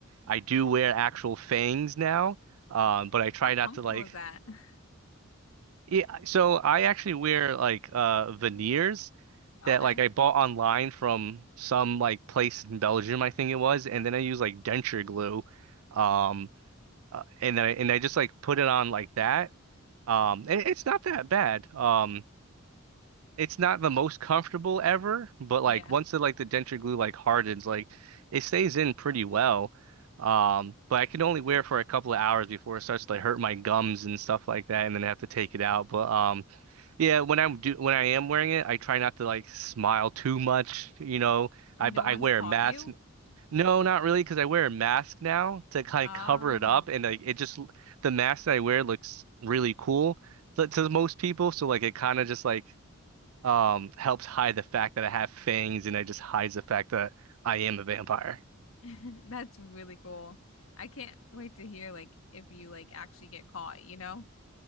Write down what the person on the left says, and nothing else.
How comfortable
is that? <laughs>
Okay.
Yeah.
And
no
one's
caught
you?
Oh.
<laughs> That's really cool. I can't wait to hear like if you like actually get caught, you know?